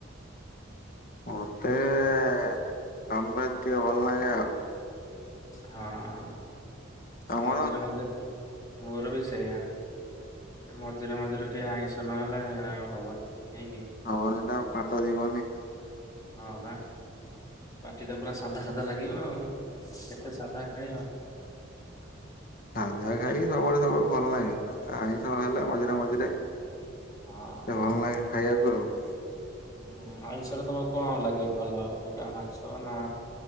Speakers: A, on the left; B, on the left.
A: ମତେ ଏ ନନ ଭେଜ ଭଲ ଲାଗେ ଆଉ।
B: ହଁ
A: ତମର
B: ମଝିରେ ମଝିରେ ମୋର ବି ସେଇଆ। ମଝିରେ ମଝିରେ ଟିକେ ଆଇଁଷ ନହେଲେ ଆ ହବନି। ନାଇଁ କି?
A: ହବନି ତା ପାତ ଯିବନି।
B: ହଁ ବା ପାଟି ଟା ପୁରା ସାଧା ସାଧା ଲାଗିବ ଆଉ। କେତେ ସାଧା ଖାଇବା?
A: ସାଧା ଖାଇକି
B: ୟା
A: ସବୁବେଳେ ସବୁବେୁ ଭଲ ନାହିଁ ଆଇଁଷ ହେଲେ ମଝିରେ ମଝିରେ
B: ହଁ।
A: ଟିକେ ଭଲ <unintelligible>
B: ହୁଁ ଆଇିଷରେ ତମକୁ କଣ ଲାଗେ ଭଲ କୋଉଟା ମାଛ ନା